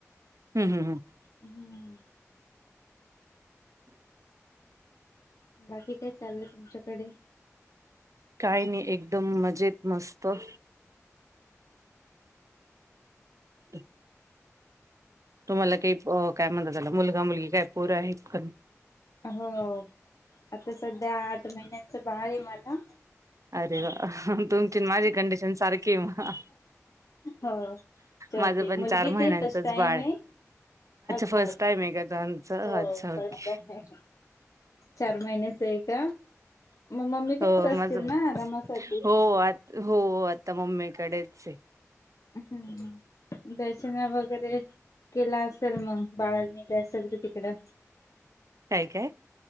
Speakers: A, on the right (about 75°); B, on the left (about 85°).
A: हम् हम हम.
B: हम्म <unintelligible> बाकी काय चाललं तुमच्याकडे?
A: काय नाय एकदम मजेत मस्त. ह तुम्हाला काही काय म्हणतात त्याला मुलगा मुलगी काय पोर आहेत का नाही.
B: हो आता सध्या आठ महिन्यांचं बाळ आहे माझं.
A: अरे वा तुमची आणि माझी कंडिशन सारखी आहे मग.
B: हो छोटी
A: माझं पण
B: मुलगीच
A: महिन्यांचंच
B: फर्स्ट टाइम
A: बाळ आहे.
B: हाय. अच्छा
A: फर्स्ट
B: हो
A: टाईम आहे का तुमचं? अच्छा
B: फर्स्ट
A: ओके.
B: हाय. चार महिन्याच आहे का मग मम्मी
A: हो
B: कडच असतील
A: माझं
B: ना आरामासाठी.
A: हो आत हो आता मम्मीकडेच हाय.
B: हम् दर्शना वगैरे केला असेल मग बाळाला नेलं असेल तिकडं.
A: काय काय?